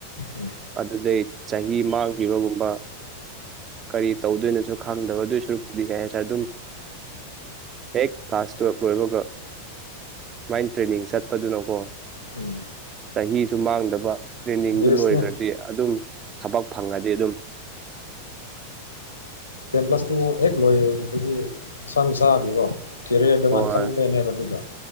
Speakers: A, on the left; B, on the right.
A: ꯎꯝ
B: ꯑꯗꯨꯗꯩ ꯆꯍꯤ ꯃꯥꯡꯈꯤꯕꯒꯨꯝꯕ ꯀꯔꯤ ꯇꯧꯗꯣꯏꯅꯣꯁꯨ ꯈꯪꯗꯕ ꯑꯗꯨ ꯁꯔꯨꯗꯤꯒꯦ ꯍꯥꯏꯁꯔꯦ ꯑꯗꯨꯝ ꯍꯦꯛ ꯀ꯭ꯂꯥꯁ ꯇꯨꯌꯦꯜꯞ ꯂꯣꯏꯕꯒ ꯁꯨꯃꯥꯏꯅ ꯇ꯭ꯔꯦꯅꯤꯡ ꯆꯠ ꯆꯗꯨꯅꯀꯣ
A: ꯎꯝ
B: ꯆꯍꯤꯁꯨ ꯃꯥꯡꯗꯕ ꯇ꯭ꯔꯦꯟꯅꯤꯡꯗꯨ
A: ꯕꯤ ꯑꯦꯁꯅꯦ
B: ꯂꯣꯏꯈ꯭ꯔꯗꯤ ꯑꯗꯨꯝ ꯊꯕꯛ ꯐꯪꯉꯗꯤ ꯑꯗꯨꯝ
A: ꯇꯦꯟ ꯄ꯭ꯂꯁꯇꯨ ꯍꯦꯛ ꯂꯣꯏꯌꯦꯦ ꯑꯗꯨꯈꯗꯤ ꯁꯁ꯭ꯋꯥꯏ ꯃꯁꯥꯑꯒꯀꯣ ꯀꯦꯔꯤꯌꯔꯗꯨꯃꯥꯟ
B: ꯍꯣꯏ
A: ꯈꯟꯗꯣꯏꯅꯦꯕ ꯑꯗꯨꯗ